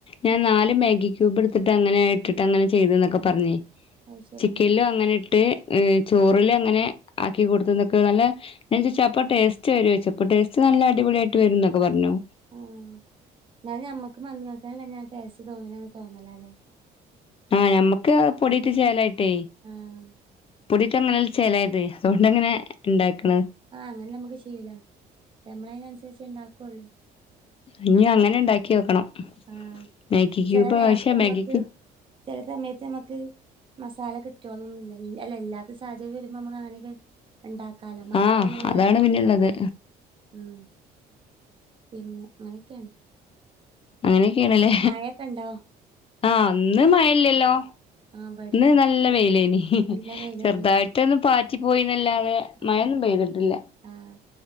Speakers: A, on the left; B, on the right.
A: ഞാൻ നാല് മാഗി ക്യൂബ് എടുത്തിട്ട് അങ്ങനെ ഇട്ട് അങ്ങനെ ചെയ്ത എന്നൊക്കെ പറഞ്ഞേ
B: അത് ശരിയാണ്
A: ചിക്കനിലോ അങ്ങനെ ഇട്ട് ചോറിലു അങ്ങനെ ആക്കി കൊടുത്തതൊക്കെ നല്ല ചപ്പ ടേസ്റ്റ് വരോ ചപ്പ ടേസ്റ്റ് നല്ല അടിപൊളിയായിട്ട് വരും എന്നൊക്കെ പറഞ്ഞു
B: ആഹ എന്നാല മ്മക്ക് മന്ത് മസാല തന്നെ ടേസ്റ്റ് തോന്നില്ലന്ന് തോന്നല അല്ലേ
A: ആഹ് ഞമ്മക്ക് പൊടിട്ട് ചേലായിട്ടേ
B: ആഹ്
A: പൊടിട്ട അങ്ങനെ ചേലായത് അതോണ്ട്
B: ആഹ്
A: എങ്ങനെ ഉണ്ടാക്കണ്
B: ആഹ് അങ്ങനെ നമുക്ക് ശീലം നമ്മള അതിനനുസരിച്ച് ഉണ്ടാക്കുള്ളൂ
A: ഇഞ്ഞി അങ്ങനെ ഉണ്ടാക്കി നോക്കണം
B: ആഹ്
A: മാഗി ക്യൂബ്
B: ചെല നേരത്ത്
A: ആവശ്യ
B: നമ്മക്ക്
A: മാഗി ക്യൂ
B: ചെല സമയത്ത് നമക്ക് മസാല കിട്ട്യോൾ ന്നൊന്നുല്ലാ വി എല്ല ല്ലാത്ത സാഹചര്യരുമ്പോ മക്ക് അങ്ങനെക്കെ ഉണ്ടാക്കാലോ മക്കളെ
A: ആഹ്
B: എങ്ങനെലൊക്കെ
A: അതാണ്
B: ബോധിപ്പിക്കാലോ
A: പിന്നെള്ളത്
B: ഉം പിന്നെ അങ്ങനെയൊക്കെണ്
A: അങ്ങനെയക്കെയ ആണല്ലേ
B: മഴയൊക്കെ ഇണ്ടോ
A: ആഹ് ഒന്നും മയല്ലല്ലോ
B: ആഹ് ഇവിടില്ല
A: ഇന്ന് നല്ല വെയിലേനി
B: നല്ല വെയിലായിരുന്നു
A: ചെറുതായിട്ട് ഇറ്റൊന്നും പാറ്റി പോയിന്നല്ലാതെ
B: ആഹ്
A: മയൊന്നും പെയ്തിട്ടില്ല
B: ആഹ്